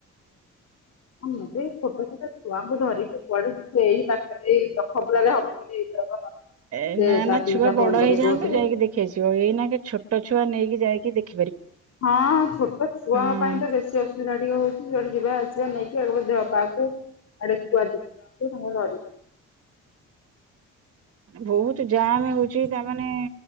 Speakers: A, on the left; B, on the right.
A: ଆଁ ମୁଁ ତେ ଏଇ ଛୋଟ ଛୋଟା ଛୁଆଙ୍କୁ ଧରିକି କୁଆଡେ ଏଇ ପାଖରେ ଏଇ ଖବୁଡାରେ ହବ ବୋଲି ଏଇଥରକ
B: ଏ
A: ସେ
B: ନା
A: ତା
B: ନା
A: ପିଇସା
B: ଛୁଆ
A: ଫୋନ
B: ବଡ
A: କରିକି
B: ହେଇଯାଆନ୍ତୁ
A: କହୁଥିଲେ।
B: ଯାଇକି ଦେଖିଆସିବ ଏଇନା କେ ଛୋଟ ଛୁଆ ନେଇକି ଯାଇକି ଦେଖି
A: ହଁ ଛୋଟ ଛୁଆଙ୍କ
B: ହଁ
A: ପାଇଁ ତ ବେଶୀ ଅସୁବିଧା ଟିକେ ହଉଛି ଯୁଆଡେ ଯିବା ଆ ନେଇକି ଆ ଦେହ ପାକୁ ଆଡେ ଛୁଆ ଦେଇକି ସାଙ୍ଗେ
B: ବହୁତ ଜାମ୍ ହଉଛି ତାମାନେ